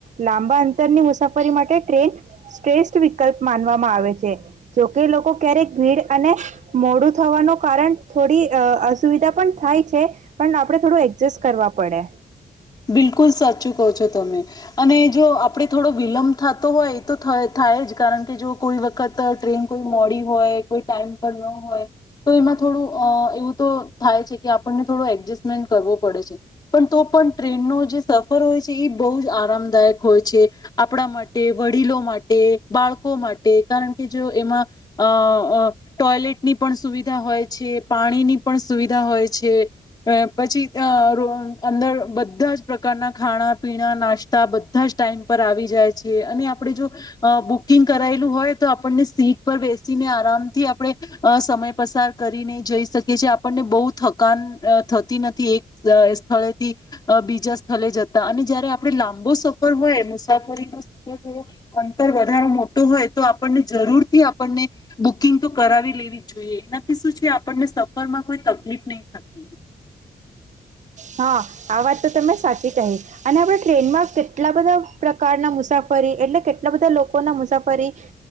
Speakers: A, on the right (about 60°); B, on the left (about 30°).
A: લાંબા અંતરની મુસાફરી માટે ટ્રેન શ્રેષ્ઠ વિકલ્પ માનવામાં આવે છે, જોકે લોકો ક્યારેક ભીડ અને મોડું થવાનું કારણ થોડી અહ અસુવિધા પણ થાય છે પણ આપણે થોડું એડજસ્ટ કરવા પડે.
B: બિલકુલ સાચું કહો છો તમે અને જો આપણે થોડો વિલંબ થતો હોય એ તો થ થાય જ કારણ કે જો કોઈ વત વખત ટ્રેન કોઈ મોડી હોય ટાઈમ પર ન હોય તો એમાં થોડું અહ એવું તો થાય છે કે આપણને થોડો એડજસ્ટમેન્ટ કરવો પડે છે, પણ તો પણ ટ્રેનનો જે સફર હોય છે એ બહુ જ આરામદાયક હોય છે, આપણા માટે, વડીલો માટે, બાળકો માટે કારણ કે જો એમાં અ ટોયલેટની પણ સુવિધા હોય છે, પાણીની પણ સુવિધા હોય છે, અહ પછી અહ અંદર બધ બધા જ પ્રકારના ખાણા, પીણા, નાસ્તા બધા જ ટાઈમ પર આવી જાય છે. અહ અને આપડે જો બુક બુકિંગ કરાયેલું હોય તો આપણને સીટ પર બેસીને આરામથી આપણે સમય પસાર કરીને જઈ શકીએ છીએ. આપણને બહુ થકાન થતી નથી એક સ્થળેથી અહ બીજા સ્થળે જતા અને જયારે આપણે લાંબો સફર હોય મુસાફરીનો સફર થોડો અંતર વધારે મોટો હોય તો આપણને જરૂરથી આપણને બુકિંગ તો કરાવી લેવી જ જોઈએ એનાથી શું છે, આપણને સફરમાં કોઈ તકલીફ નહી થતી.
A: હા આ વાત તો તમે સાચી કહી અને આપણે ટ્રેનમાં કેટલા બધા પ્રકારના મુસાફરી એટલે કેટલા બધા લોકો ના મુસાફરી